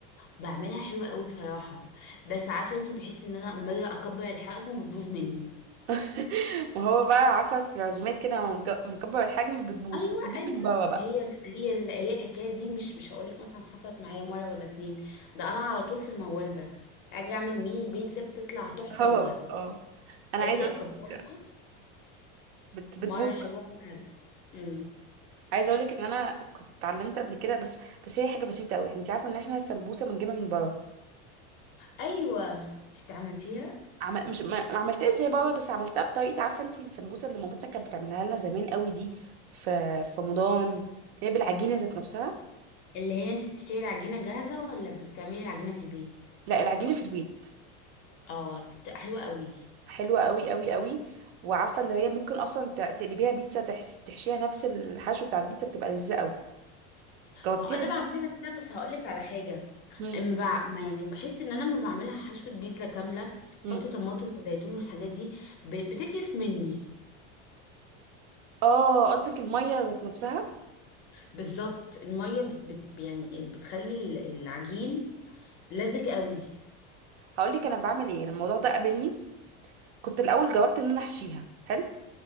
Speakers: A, on the left (about 35°); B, on the right (about 70°).
A: بعملها حلوه قوي بصراحه بس عارفه انت بحس ان انا لما اجي اكبر الحجم بتبوظ مني
B: <laughs> وهو بقى عارفه في العزومات كده لما مك- مكبر الحجم بتبوظ
A: ايوه
B: فبيجيب
A: ايوه
B: من بره بقى
A: هي هي ال- هي الحكايه دي مش مش هقولك مثلا حصلت معايا مره ولا اتنين ده انا على طول في الموال ده اجي اعمل ميني بيتزا بتطلع تحفه
B: <laughs> اه
A: ووهم
B: اه انا
A: اجي
B: عايزه اقول
A: اكبرها
B: لك بت بتبوظ
A: مره حلوه مره لأ. امم
B: عايزه اقولك ان انا كنت اتعلمت قبل كده بس بس هي حاجه بسيطه قوي انت عارفه ان احنا السمبوسه بنجيبها من بره
A: ايوه انت بتعملتيها
B: عم... مش ما ما عملتهاش زي بابا بس عملتها بطريقه عارفه انت السمبوسه اللي مامتنا كانت بتعملها لنا زمان قوي دي في في رمضان اللي هي بالعجينه ذات نفسها
A: اللي هي انت بتشتري العجينه جاهزه ولا بتعملي العجينه في البيت
B: لا العجينه في البيت
A: اه بتبقى حلوه قوي
B: حلوه قوي قوي قوي وعارفه اللي هي ممكن اصلا ت- تقلبيها بيتزا تحشي... تحشيها نفس الحشو بتاع البيتزا بتبقى لذيذه قوي جاوبتيها
A: ما انا
B: دي
A: بعملها كده بس هقولك على حاجه
B: مم.
A: اما بع... ما يعني بحس ان انا لما بعملها حشوه بيتزا كامله
B: مم.
A: احط طماطم وزيتون والحاجات دي ب... بتكرف مني
B: اه قصدك الميه ذات نفسها
A: بالظبط المية بت بت يعني بتخلي ال- العجين لزج قوي
B: هقول لك انا بعمل ايه أنا الموضوع ده قابلني كنت الاول جاوبت ان انا احشيها حلو